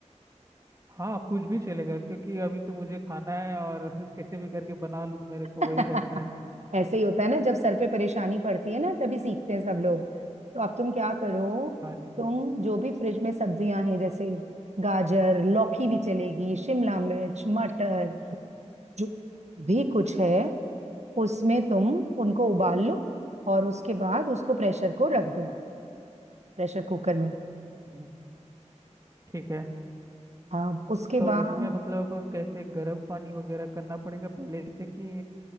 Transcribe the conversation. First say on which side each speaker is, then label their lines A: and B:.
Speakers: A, on the right; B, on the right.
A: हाँ कुछ भी चलेगा क्योंकि अभी तो मुझे खाना है और <laughs> कैसे भी करके बना लूँ मेरे को
B: <laughs>
A: वही रहता है
B: ऐसे
A: तो
B: ही होता है ना जब सर पे परेशानी पड़ती है ना तभी सीखते हैं सब लोग तो अब तुम क्या करो
A: हाँ जी
B: तुम जो भी फ्रिज में सब्जियां हैं जैसे गाजर लौकी भी चलेगी शिमला मिर्च मटर जो भी कुछ है उसमें तुम उनको उबाल लो और उसके बाद उसको प्रेशर को रख दो प्रेशर कुकर में
A: हम्म, ठीक है
B: अब उसके
A: तो
B: बाद
A: इसमें मतलब कैसे गर्म पानी वगैरह करना पड़ेगा पहले से कि